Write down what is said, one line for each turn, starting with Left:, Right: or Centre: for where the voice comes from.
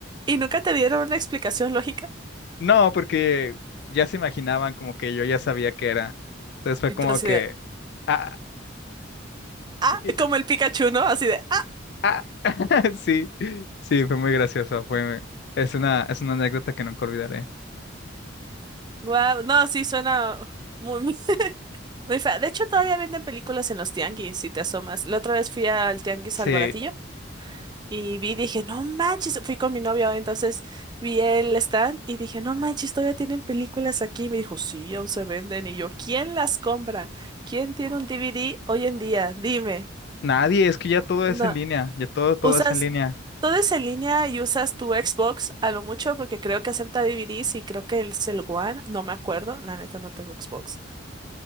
Right: ¿y nunca te dieron una explicación lógica?
Left: No, porque ya se imaginaban como que yo ya sabía que era. Entonces fue
Right: Y
Left: como
Right: tú así
Left: que...
Right: de,
Left: Ah,
Right: ah,
Left: y-
Right: como el Pikachu, ¿no? Así de, ah,
Left: ah, <laughs> sí, sí, fue muy gracioso. Fue, es una, es una anécdota que nunca olvidaré.
Right: wow, no, sí, suena muy, muy, <laughs> muy fea. De hecho, todavía venden películas en los tianguis, si te asomas. La otra vez fui al tianguis
Left: Sí,
Right: al Baratillo y vi, dije, no manches, fui con mi novio, entonces vi el stand y dije, no manches, todavía tienen películas aquí. Y me dijo, sí, aún se venden. Y yo, ¿quién las compra? ¿Quién tiene un DVD hoy en día? Dime.
Left: nadie, es que ya todo es
Right: No,
Left: en línea, ya todo, todo
Right: ¿usas,
Left: es en línea.
Right: Todo es en línea y usas tu Xbox a lo mucho porque creo que acepta DVDs y creo que el Cell One, no me acuerdo, la neta no tengo Xbox,